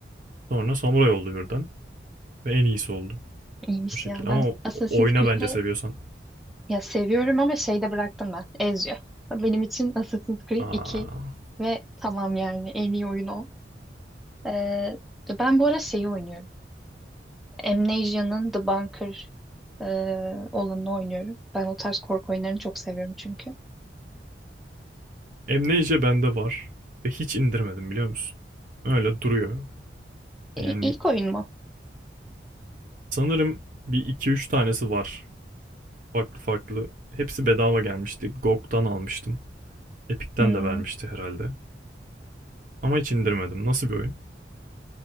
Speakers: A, on the right; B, in the centre.
A: Sonra samuray oldu birden. Ve en iyisi oldu.
B: İyiymiş
A: O şekil.
B: ya.
A: Ama
B: Ben
A: o-
B: Assassin's
A: oyna
B: Creed'i
A: bence seviyorsan.
B: ya seviyorum ama şeyde bıraktım ben. Ezio. Benim için Assassin's Creed
A: Aa.
B: 2 ve tamam yani en iyi oyun o. Ee, ben bu ara şeyi oynuyorum. Amnesia'nın The Bunker e, olanını oynuyorum. Ben o tarz korku oyunlarını çok seviyorum çünkü.
A: Amnesia bende var. Ve hiç indirmedim biliyor musun? Öyle duruyor.
B: İ-
A: Yani
B: İlk oyun mu?
A: sanırım bir iki üç tanesi var farklı farklı. Hepsi bedava gelmişti. GOG'dan almıştım. Epic'ten
B: Hmm,
A: de vermişti herhalde. Ama hiç indirmedim. Nasıl bir oyun?